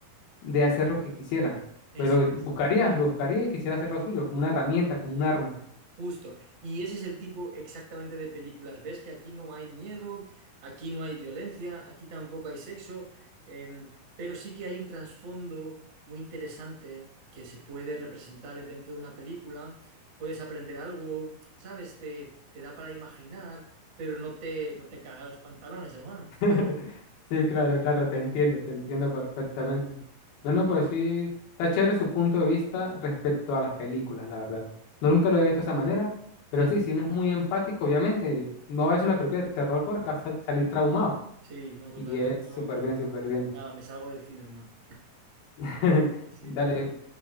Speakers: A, on the left; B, on the right.
A: de hacer lo que quisiera,
B: eso
A: pero
B: es.
A: buscaría, lo buscaría y quisiera hacer lo suyo, como una herramienta, como un arma.
B: Justo. Y ese es el tipo exactamente de películas. Ves que aquí no hay miedo, aquí no hay violencia, aquí tampoco hay sexo, eh, pero sí que hay un trasfondo muy interesante que se puede representar dentro de una película. Puedes aprender algo, ¿sabes? Te, te da para imaginar, pero no te, no te caga los pantalones, hermano.
A: <laughs> Sí, claro, claro, te entiendo, te entiendo perfectamente. No, no, pero
B: Oh.
A: sí, está chévere su punto de vista respecto a las películas, la verdad. No nunca lo he visto de esa manera, pero
B: <laughs>
A: sí, si uno es muy empático, obviamente, no va a ver una película de terror porque va a sa- salir traumado.
B: Sí, no, total.
A: Y es
B: No,
A: súper
B: no.
A: bien, súper bien.
B: nada, me salgo del cine, hermano.
A: <laughs>
B: Así
A: Dale,
B: que,